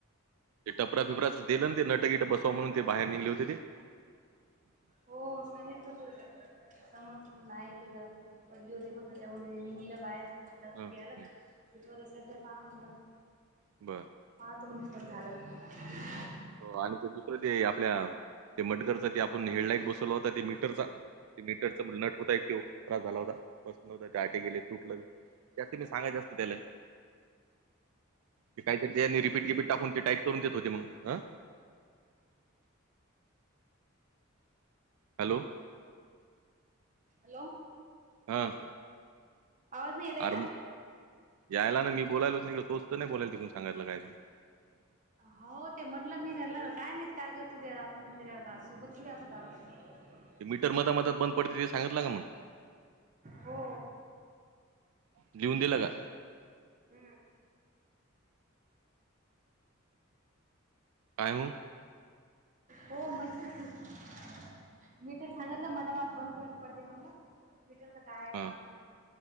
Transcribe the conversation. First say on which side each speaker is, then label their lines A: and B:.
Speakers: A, on the right; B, on the right.
A: ते टपरा फिपराच दिलं ना ते नटगिट बसवा म्हणून ते बाहेर निघले होते ते? <unintelligible>
B: हो सांगितलं त समोर समोर नाही ते जरा अस. पडली होती पण त्याच्यामुळे नेह <inaudible> बाहेर
A: हा,
B: दरप आला
A: हं,
B: तटवत असेल तर पहा म्हणलं <inaudible>
A: बरं.
B: मत म्हणण झालं <inaudible>
A: हो आणि ते दुसरं ते आपल्या ते मटगरच ते आपण हेड लाइट बसवला होता ते मीटरचा ते मीटरचा नट होता एक ते त्रास झाला होता पस नवता ते आटे गेले तुटलं <inaudible> जास्त मी सांगा जास्त त्याला ते काहीरी त्यांनी रिपीट गिपट टाकून ते टईट करून देत होते मग आं. हॅलो.
B: हॅलो.
A: हम.
B: आवाज नाही येत आहे
A: अर
B: का?
A: यायला ना मी बोलायला तिकडे तोचत नाही बोलायला तिकून सांगायलं काय ते <inaudible> <inaudible> <inaudible>
B: हो ते म्हणलं मी त्यांला काय माहित काय करते ते आत मध सोबत थडी आपण <inaudible>
A: ते मीटर मध मधात बंद पडते ते सांगितलं का मग
B: हो
A: लिहून दिलं का?
B: हम्.
A: कायमु
B: हो मज. <inaudible> मीटर सांगतला मन म बंद पतेवण ना मीटर <inaudible> काय
A: हा
B: पहा म्हणलं